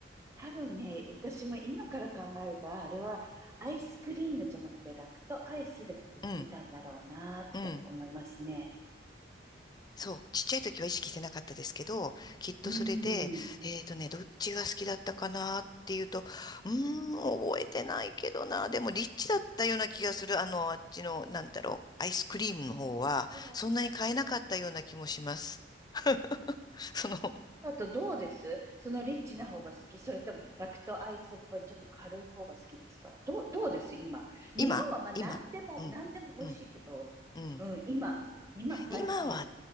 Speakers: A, on the right; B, on the left.
A: 多分ね、私も今から考えると、ああれはアイスクリームじゃなくてラクトアイスで売ってたんだろうなって思いますね。
B: うん。うん。そう、ちっちゃい時は意識してなかったですけど、きっとそれで、
A: うん。
B: えーとね、どっちが好きだったかなっていうと、うーん、覚えてないけどな、でもリッチだったような気がする、あの、あっちの、なんだろう、アイスクリームの方は、
A: うん
B: そんなに買えなかったような気もします。<laughs> その、
A: だとどうですそのリッチな方が好きそれともラクトアイスっぽいちょっと軽い方が好きですかどう、どうです今。日本はまあ何でも、
B: 今今うん、
A: 何でも美味しいけど、
B: うん、うん。
A: うん、今、今最近。
B: 今は、